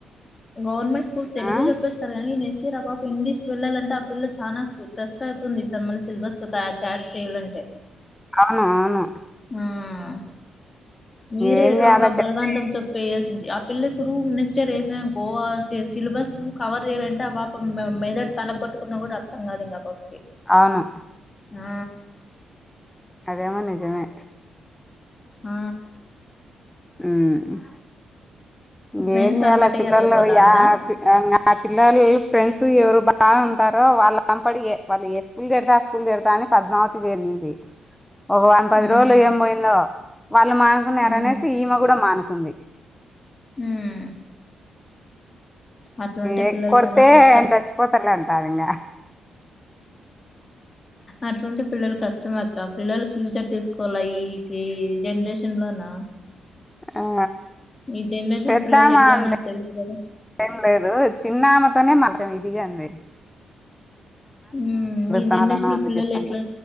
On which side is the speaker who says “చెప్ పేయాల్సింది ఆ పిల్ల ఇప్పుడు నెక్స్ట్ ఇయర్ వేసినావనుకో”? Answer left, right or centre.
Left